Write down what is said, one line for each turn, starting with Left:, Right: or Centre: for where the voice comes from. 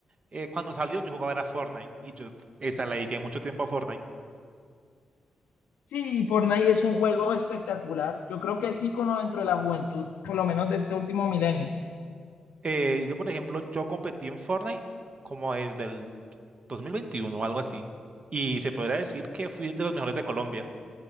Right: eh, cuando salió yo jugaba era Fortnite y yo esa le dediqué mucho tiempo a Fortnite.
Left: Sí, Fortnite es un juego espectacular. Yo creo que es ícono dentro de la juventud, por lo menos de este último milenio.
Right: Eh, yo, por ejemplo, yo competí en Fortnite como desde el 2021 o algo así. Y se podría decir que fui de los mejores de Colombia.